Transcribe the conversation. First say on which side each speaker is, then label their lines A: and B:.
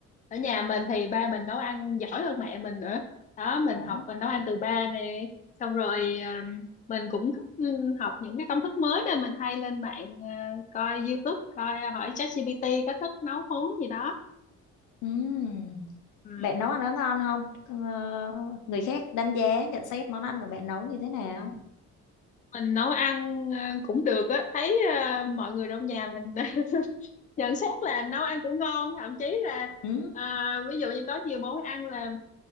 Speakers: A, on the left; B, on the left.
A: ở nhà mình thì ba mình nấu ăn giỏi hơn mẹ mình nữa đó mình
B: Ồ.
A: học và nấu ăn từ ba nè xong rồi à, mình cũng thích ừ, học những cái công thức mới nên mình hay lên mạng à, coi YouTube coi à, hỏi ChatGPT có thích nấu món gì đó
B: Ừ.
A: Ừ.
B: Bạn nấu ăn nó ngon không? Ờ, người khác đánh giá, nhận xét món ăn của bạn nấu như thế nào?
A: mình nấu ăn ờ, cũng được á thấy ờ, mọi người trong nhà mình <laughs> nhận xét là nấu ăn cũng ngon thậm chí là
B: Ừ.
A: ờ, ví dụ như có nhiều món ăn là